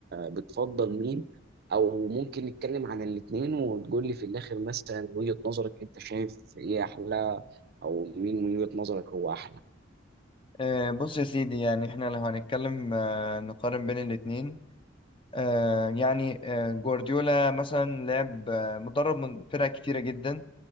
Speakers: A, on the right; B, on the left.
A: بتفضل مين أو ممكن نتكلم عن الاتنين وتقول لي في الآخر مثلا وجهة نظرك أنت شايف إيه أحلى أو مين من وجهة نظرك هو أحلى
B: آه بص يا سيدي يعني احنا لو هنتكلم آه نقارن بين الاتنين آه يعني آه جوارديولا مثلا لعب آه مدرب من فرق كتيرة جدا